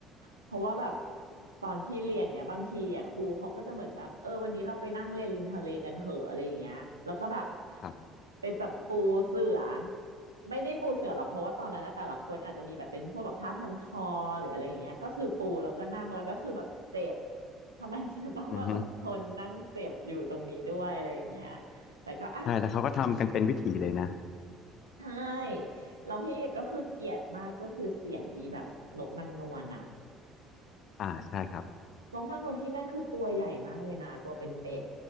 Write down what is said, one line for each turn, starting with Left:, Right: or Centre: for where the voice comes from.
Right: เพราะว่าแบบตอนพี่เรียนเนี้ยบางทีอ่ะครูเขาก็จะเหมือนแบบเออวันนี้เราไปนั่งเล่นริมทะเลกันเหอะอะไรอย่างเงี้ยแล้วก็แบบ
Left: ครับ
Right: ไปแบบปูเสือไม่ได้ปูเสือหรอกเพราะว่าตอนนั้นนะแต่ละคนอาจจะมีแบบเป็นพวกแบบผ้าพันคอหรืออะไรอย่างเงี้ยก็คือปูแล้วก็นั่งแล้วก็คือแบบเจ็บทำไมจะต้องมาแบบทนนั่งเจ็บอยู่ตรงนี้ด้วยอะไรอย่างเงี้ย
Left: อือฮึ
Right: แต่ก็อ่ะ
Left: ใช่แล้วเขาก็ทำกันเป็นวิถีเลยนะ
Right: ใช่แล้วพี่กก็คือเกลียดมากก็คือเสียงอีแบบนกนางนวลอะ
Left: อ่าใช่ครับ
Right: นกนางนวลที่นั่นคือตัวใหญ่มากเลยนะตัวเป็นเป็ด